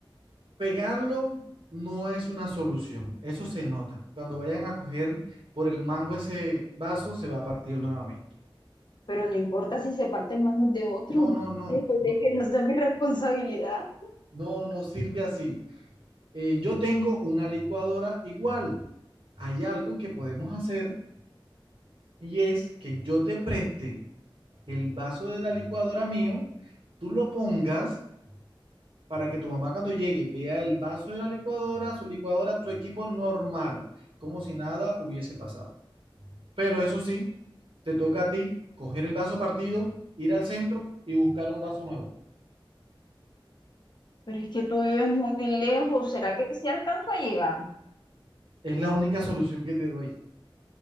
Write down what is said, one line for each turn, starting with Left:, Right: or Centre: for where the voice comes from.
Right: pegarlo no es una solución. Eso se nota. Cuando vayan a coger por el mango ese vaso, se va a partir nuevamente.
Left: Pero no importa si se parte en manos de otro.
Right: No, no, no.
Left: Después
Right: No,
Left: de que no sea mi responsabilidad.
Right: no, no sirve así. Eh, yo tengo una licuadora igual. Hay algo que podemos hacer y es que yo te preste el vaso de la licuadora mío, tú lo pongas para que tu mamá cuando llegue vea el vaso de la licuadora, su licuadora, tu equipo normal, como si nada hubiese pasado. Pero eso sí, te toca a ti coger el vaso partido, ir al centro y buscar un vaso nuevo.
Left: Pero es que tú vives muy lejos. ¿Será que sí alcanzo a llegar?
Right: Es la única solución que te doy.